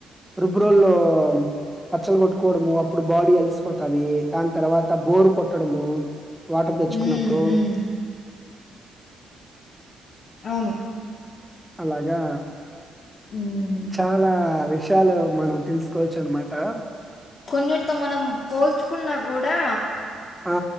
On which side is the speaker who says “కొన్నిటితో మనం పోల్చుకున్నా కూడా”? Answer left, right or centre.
Left